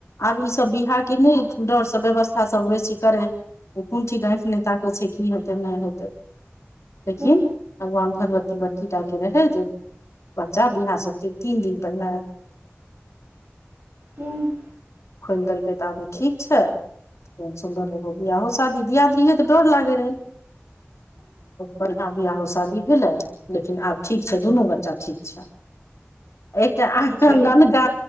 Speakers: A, on the left; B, on the right.
A: आब ईसब बियाहके नै डरसँ व्यवस्था सब बेसी करै कोन ठीक आँइख नय ताके छै की हेतै नहि हेतै लेकिन
B: हँ
A: भगवान भगवती बरकी टा के रहे जे बच्चा यहाँ सबके तीन दिन पहिने
B: हूँ
A: खोइल देलकड त आब ओ ठीक छ केहन सुन्दर रह बियाहो शादी दियाद रहियै तऽ डर लागे रहै बढ़िआँ बियाहो शादी भेलै लेकिन आब ठीक छै दुनू बच्चा ठीक छै एकटा आँहा
B: अच्छा एक
A: ननका